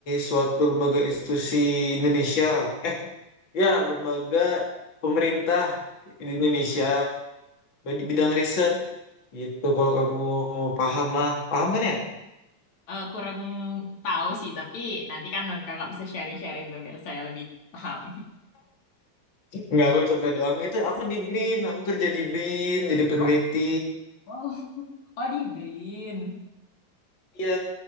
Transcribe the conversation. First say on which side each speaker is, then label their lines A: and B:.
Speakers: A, on the left; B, on the left.
A: suatu lembaga institusi Indonesia. Eh, ya, lembaga pemerintah di Indonesia di bidang riset gitu. Kalau kamu paham mah, paham kan ya?
B: Eh, kurang tahu sih, tapi nanti kan kakak bisa sharing-sharing tuh biar saya lebih paham.
A: Enggak, aku contoh doang. Itu aku di BRIN, aku kerja di BRIN jadi peneliti.
B: Oh, wow. <laughs> Oh, di BRIN.
A: Iya,